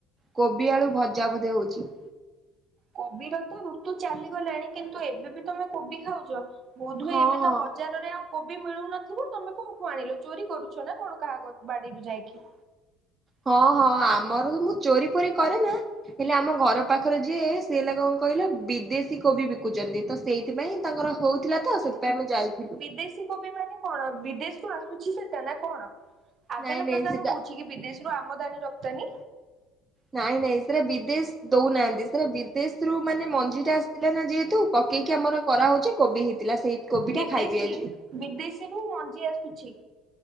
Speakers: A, on the right (about 15°); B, on the right (about 45°).
A: କୋବି ଆଳୁ ଭଜା ବୋଧେ ହଉଛି।
B: କୋବିର ତ ଋତୁ ଚାଲିଗଲାଣି କିନ୍ତୁ ଏବେ ବି ତମେ କୋବି ଖାଉଛ। ବୋଧ ହୁଏ
A: ହଁ
B: ଏବେ
A: ହଁ
B: ତ ବଜାର <unintelligible> ଆଉ କୋବି ମିଳୁନଥିବ ତମେ କୋଉଠୁ ଆଣିଲ ଚୋରି କରୁଛ ନା କଣ କାହା ବାଡିରୁ ଯାଇକି?
A: ହଁ ହଁ ଆମର ତ ମୁଁ ଚୋରି ପୋରି କରେ ନା। ହେଲେ ଆମ ଘର ପାଖରେ ଯିଏ ସେ ହେଲା କଣ କହିଲ ବିଦେଶୀ କୋବି ବିକୁଛନ୍ତି ତ ସେଇ ସେଥିପାଇଁ ତାଙ୍କର ହଉଥିଲା ତ ସେଥିପାଇଁ ଆମେ ଯାଇଥିଲୁ।
B: ଦେଶୀ କୋବି ମାନେ କଣ ବିଦେଶରୁ ଆସୁଛି ସେଟା ନା କଣ? ଆଦାନ
A: ନାଇଁ ନାଇଁ
B: ପ୍ରଦାନ
A: ସେଟା
B: ହଉଛି କି ବିଦେଶ ରୁ ଆମଦାନୀ ରପ୍ତାନି
A: ନାଇଁ ନାଇଁ ଏଥିରେ ବିଦେଶ। ଦଉନାହାନ୍ତି ସେଟା ବିଦେଶରୁୁ ମାନେ ମଞ୍ଜି ଟା ଆସିଥିଲା ନା ଯେହେତୁ ପକେଇକି ଆମର କରାହେଉଛି କୋବି ହେଇଥିଲା ସେଇ। କୋବି
B: ବିଦେଶୀ
A: ଟା ଖାଇବି ଆଜି।
B: ବିଦେଶୀରୁୁ ମଞ୍ଜି ଆସୁଛି।